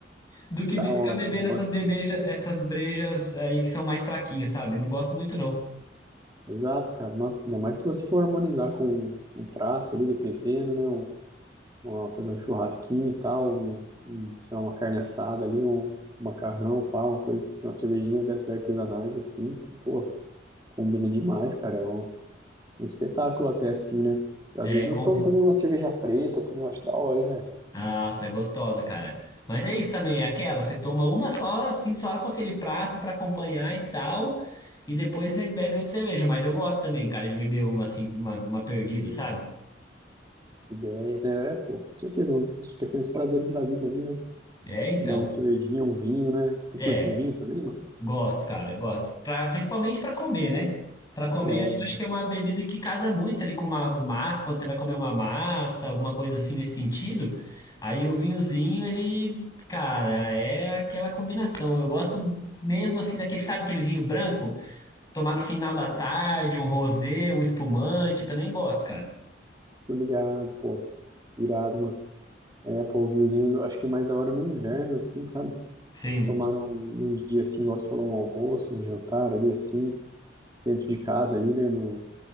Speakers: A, on the left; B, on the right.
A: do que
B: Da
A: be- ficar
B: hora,
A: bebendo
B: é.
A: essas bebeja, essas brejas aí que são mais fraquinhas, sabe? Não gosto muito, não.
B: Exato, cara. Nossa, ainda mais se você for harmonizar com um prato ali, dependendo, né? um, uma- fazer um churrasquinho e tal, um, um, sei lá, uma carne assada ali, um macarrão, pá, uma coisa assim, uma cervejinha dessas artesanais assim, pô, combina demais, cara, é um, é um espetáculo até assim, né? Às
A: É,
B: vezes eu
A: com...
B: tomo também uma cerveja preta, também eu acho da hora, hein, velho?
A: Nossa, é gostosa, cara. Mas é isso também, é aquela, você toma uma só, assim, só com aquele prato pra acompanhar e tal, e depois você bebe outra cerveja. Mas eu gosto também, cara, de beber uma, assim, uma, uma perdida, sabe?
B: Ideia, né? É, pô, com certeza, os, os pequenos prazeres da vida ali, né?
A: É, então.
B: Tomar uma cervejinha, um vinho, né? Tu
A: É.
B: curte um vinho também, mano?
A: Gosto, cara, gosto. Pra, principalmente para comer, né? Para comer
B: É,
A: ali, eu acho que é uma bebida que casa muito ali com umas massas, quando você vai comer uma massa, alguma coisa assim nesse sentido. Aí o vinhozinho, ele, cara, é aquela combinação. Eu gosto mesmo assim daquele, sabe, aquele vinho branco, tomar no final da tarde, um rosé, um espumante, eu também gosto, cara.
B: tô ligado, pô. Irado, mano. É, pô, o vinhozinho, eu acho que é mais da hora no inverno, assim, sabe?
A: Sim.
B: Tomar um, um dia assim, igual você falou, um almoço, um jantar ali assim, dentro de casa ali, né, no,